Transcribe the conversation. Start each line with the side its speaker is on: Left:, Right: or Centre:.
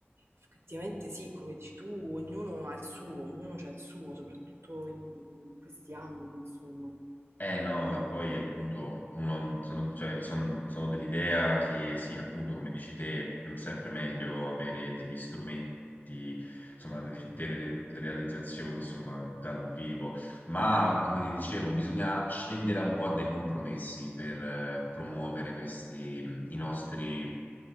Right: effettivamente sì, come dici tu, ognuno ha il suo, ognuno c'ha il suo, soprattutto in in questi ambiti, insomma.
Left: Eh no, e poi appunto uno- sono, cioè, son- sono dell'idea che sì, appunto come dici te, è sempre meglio avere degli strumenti, insomma, re- delle delle realizzazioni, insomma, dal vivo ma come vi dicevo, bisogna scendere un po' a dei compromessi per eh, promuovere questi, mh, i nostri